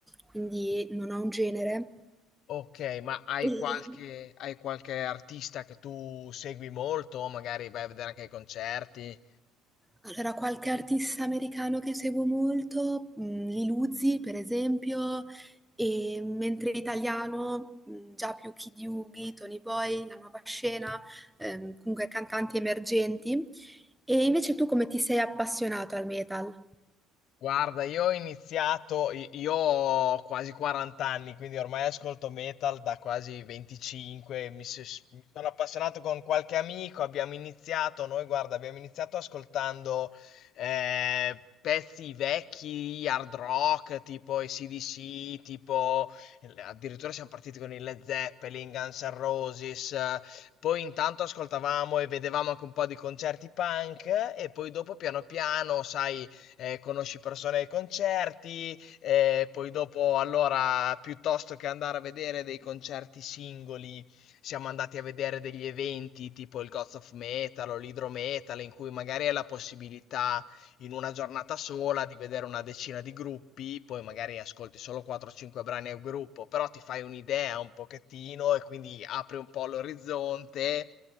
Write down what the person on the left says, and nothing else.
Ok, ma hai
qualche, hai qualche artista che tu segui molto? Magari vai a vedere anche i concerti?
Guarda, io ho iniziato, i- io ho quasi 40 anni, quindi ormai ascolto metal da quasi 25, mi, s- mi sono appassionato con qualche amico, abbiamo iniziato, noi guarda, abbiamo iniziato ascoltando eh, pezzi vecchi, hard rock, tipo AC/DC, tipo addirittura siamo partiti con i Led Zeppelin, Guns N' Roses, eh, poi intanto ascoltavamo e vedevamo anche un po' di concerti punk eh, e poi dopo piano piano, sai eh, conosci persone ai concerti, eh, poi dopo allora piuttosto che andare a vedere dei concerti singoli, siamo andati a vedere degli eventi tipo il Gods of Metal o l'Hydro Metal in cui magari hai la possibilità in una giornata sola di vedere una decina di gruppi, poi magari ascolti solo 4-5 brani a gruppo, però ti fai un'idea un pochettino e quindi apri un po' l'orizzonte